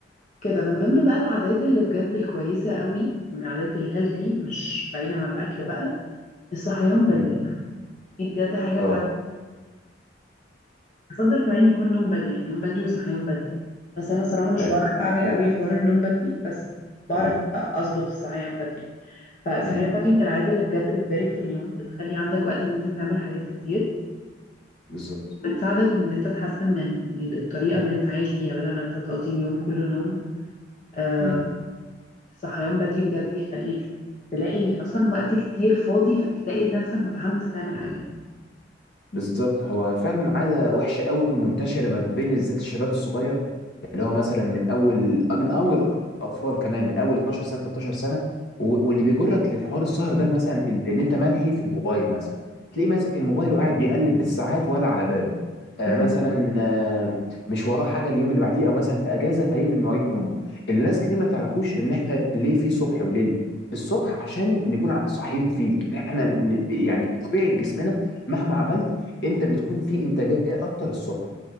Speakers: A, on the left; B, on the left.
A: كده من ضمن بقى العادات اللي بجد الكويسة قوي من العادات الهيلثي مش بعيدا عن الاكل بقى الصحيان بدري
B: مم.
A: دي بجد حاجة
B: اه
A: فعلا بفضل كمان يكون نوم بدري يعني نوم بدري وصحيان بدري بس أنا صراحة مش
B: ايوه
A: بعرف أعمل قوي حوار النوم بدري بس بعرف
B: مم.
A: أظبط الصحيان بدري فالصحيان
B: مم.
A: بدري من العادة اللي بجد بتبارك في اليوم بتخلي عندك وقت إن أنت تعمل حاجات كتير
B: بالظبط
A: بتساعدك بإن أنت تحسن من ال- الطريقة اللي أنت عايش بيها بدل ما أنت تقضي اليوم كله نوم آه،
B: مم.
A: صحيان بدري بجد بيخليك تلاقي أصلا وقت كتير فاضي فتلاقي نفسك متحمس تعمل
B: مم.
A: حاجات
B: بالظبط هو فعلا عادة وحشة قوي منتشرة ما بين بالذات الشباب الصغير اللي هو مثلا من أول من أول أطفال كمان من أول 12 سنة 13 سنة و- واللي بيجرك للحوار السهر ده مثلا ال- إن أنت ملهي في الموبايل مثلا تلاقيه ماسك الموبايل وقاعد بيقلب بالساعات ولا على باله آه
A: م-
B: مثلا آه مش وراه حاجة اليوم اللي بعديه أو مثلا في أجازة فيقلب مواعيد نومه الناس كتير ما تعرفوش إن إحنا ليه في صبح وليل الصبح عشان نكون ع- صاحيين فيه إن إحنا ن- ب- يعني طبيعة جسمنا مهما عملت انت بتكون في انتاجيه اكتر الصبح